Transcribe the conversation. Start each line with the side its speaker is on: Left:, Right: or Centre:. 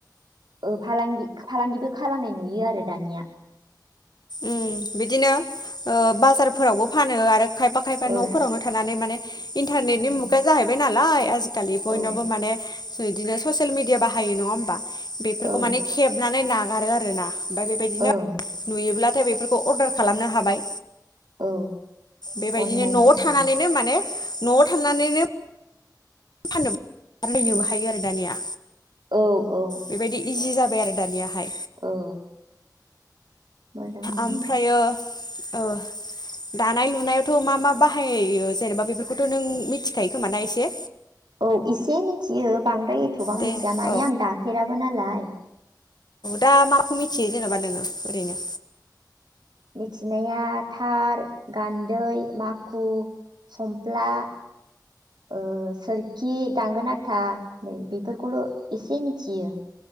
Right: ओ फालांगि फालांगिबो खालामनाय नुयो आरो दानिया
Left: उम बिदिनो ओ बाजारफोरावबो फानो आरो खायबा खायबा
Right: औ
Left: न'फोरावनो थानानै माने इन्टारनेटनि
Right: औ
Left: मुगा जाहैबाय नालाय दालि बयनावबो
Right: औ
Left: माने इदिनो ससियेल मिडिया बाहायो नङा ओमबा। बेफोरखौ
Right: औ
Left: माने खेबनानै ना गारो आरोना। ओमफाय बेबायदिनो
Right: ओं
Left: नुयोब्ला नाथाय बेफोरखौ अर्डार खालामनो हाबाय।
Right: औ
Left: बेबायदिनो
Right: अनलाइनफोरजों
Left: न'आव थानानैनो माने न'आव थांनानैनो फाननोबो <unintelligible> हायो आरो दानिया।
Right: औ। औ
Left: बेबायदि इजि जाब बाय आरो दानियाहाय।
Right: औ। मोजां मोनो।
Left: ओमफ्रायो ओ दानाय लुनायावथ' मा मा बाहायो जेनेबा बेफोरखौथ' नों मिथिखायो खोमा ना एसे।
Right: औ एसे मिथियो बांद द्राय एथ'बां
Left: दे
Right: मिथिया माने
Left: औ
Right: आं दाफेराबो नालाय।
Left: दा माखौ मिथियो जेन'बा नोङो ओरैनो।
Right: मिथिनाया थार, गान्दै, माखु, समफ्ला ओ सोरखि, दांगोन आथा नै बेफोरखौल' एसे मिथियो।